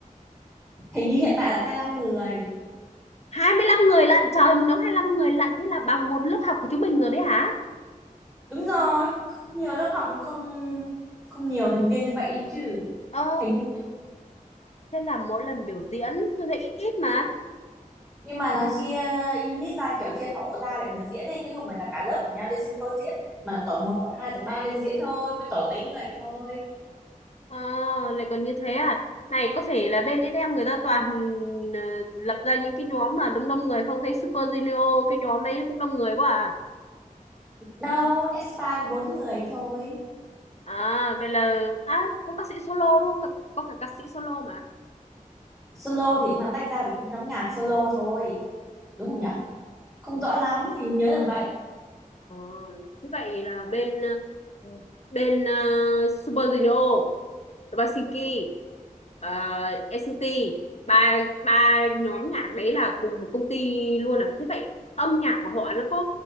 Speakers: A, in the centre; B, on the left.
A: hình như hiện tại là hai lăm người
B: 25 người lận, trời, một nhóm 25 người lận, thế là bằng một lớp học của chúng mình rồi đấy hả?
A: đúng rồi nhiều lớp học không không nhiều thành viên như vậy ý chứ
B: Ơ,
A: hình như
B: thế là mỗi lần biểu diễn tôi thấy ít ít mà.
A: nhưng mà nó chia unit ra kiểu chia tổ ra để mà diễn ấy chứ không phải là cả lớp của nhau lên sân khấu diễn mà là tổ một tổ hai tổ 3 lên diễn thôi mới tổ mấy người vậy thôi
B: Ờ, lại còn như thế à? Này, có phải là bên SM người ta toàn ờ, lập ra những cái nhóm mà đông đông người không thấy Super Junior, cái nhóm đấy cũng đông người quá à?
A: đâu Aespa có bốn người thôi
B: À, vậy là... À, có ca sĩ solo đúng không? Có, có cả ca sĩ solo mà.
A: solo thì cũng là tách ra từ cái nhóm nhạc solo thôi đúng không nhỉ không rõ lắm mình nhớ là vậy
B: Ờ, thế vậy là bên ờ, bên ờ, Super Junior, Helsinki, ờ, NCT ba ba nhóm nhạc đấy là cùng một công ty luôn à? Thế vậy âm nhạc của họ nó có